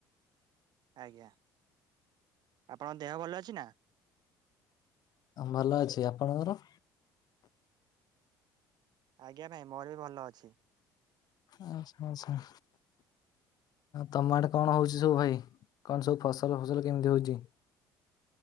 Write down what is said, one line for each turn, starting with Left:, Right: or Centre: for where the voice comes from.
Right: ଆଜ୍ଞା ଆପଣଙ୍କ ଦେହ ଭଲ ଅଛି ନା?
Left: ଭଲ ଅଛି। ଆପଣଙ୍କର?
Right: ଆଜ୍ଞା ଭାଇ ମୋର ବି ଭଲ ଅଛି।
Left: ଆଚ୍ଛା ଆଚ୍ଛା। ତମଆଡେ କଣ ହଉଛି ସବୁ ଭାଇ? କଣ ସବୁ ଫସଲ ଫସଲ କେମିତି ହଉଛି?